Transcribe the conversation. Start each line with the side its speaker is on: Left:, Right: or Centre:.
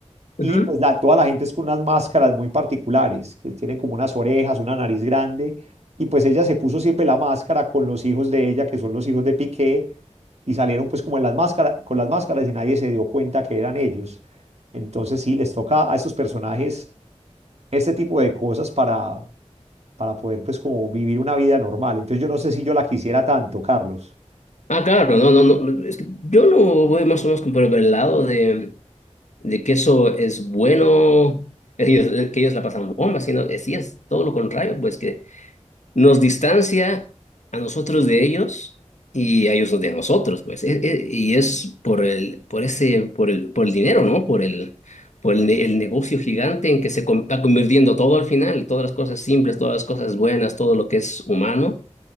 Right: y
Left: Ujú.
Right: pues la- toda la gente es con unas máscaras muy particulares, que tienen como unas orejas, una nariz grande y pues ella se puso siempre la máscara con los hijos de ella, que son los hijos de Piqué, y salieron pues como en las máscaras, con las máscaras y nadie se dio cuenta que eran ellos. Entonces sí, les toca a estos personajes este tipo de cosas para para poder pues como vivir una vida normal. Entonces yo no sé si yo la quisiera tanto, Carlos.
Left: Ah, claro, no, no, no. es que yo lo voy más o menos como por el lado de. de que eso es bueno, <laughs> ellos, eh, que ellos la pasan bomba, sino que sí es todo lo contrario, pues que nos distancia a nosotros de ellos y a ellos de nosotros, pues. E- e- y es por el, por ese, por el, por el dinero, ¿no? Por el, por el, ne- el negocio gigante en que se con- está convirtiendo todo al final, todas las cosas simples, todas las cosas buenas, todo lo que es humano.